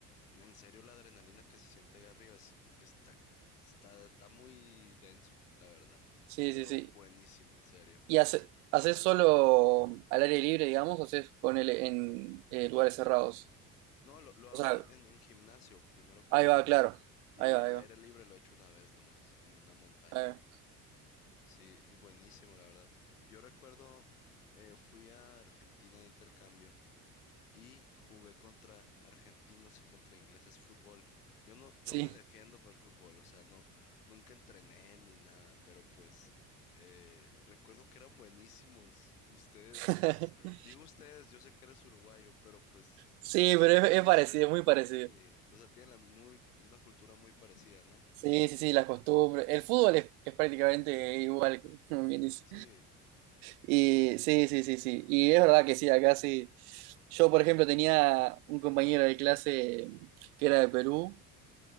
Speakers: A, on the left (about 85°); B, on the right (about 75°).
A: En serio, la adrenalina que se siente ahí arriba es- está, está, está muy denso, la verdad.
B: Sí,
A: Pero
B: sí, sí.
A: buenísimo, en serio.
B: ¿Y hace, haces solo al aire libre, digamos, o haces ponele en eh, lugares cerrados?
A: No, lo, lo
B: O
A: hago
B: sea,
A: en, en, en gimnasio, primero que
B: ahí
A: nada.
B: va, claro.
A: Y
B: Ahí va,
A: al
B: ahí
A: aire
B: va.
A: libre lo he hecho una vez nomás, en una montaña.
B: Ahí va.
A: Sí, y buenísimo, la verdad. Yo recuerdo, eh, fui a Argentina de intercambio y jugué contra argentinos y contra ingleses fútbol. Yo no, yo
B: Sí.
A: me defiendo por el fútbol, o sea, no, nunca entrené ni nada, pero pues eh, recuerdo que eran buenísimos ustedes,
B: <laughs>
A: o sea, digo ustedes, yo sé que eres uruguayo, pero pues
B: Sí,
A: casi
B: pero
A: casi
B: es, es
A: es,
B: parecido, es muy parecido.
A: sí, o sea, tienen la muy, una cultura muy parecida, ¿no?
B: Sí, sí, sí, las costumbres. El fútbol es, es prácticamente igual, <laughs> como bien dice.
A: Sí,
B: Y sí, sí, sí, sí. Y es verdad que sí, acá sí. Yo, por ejemplo, tenía un compañero de clase que era de Perú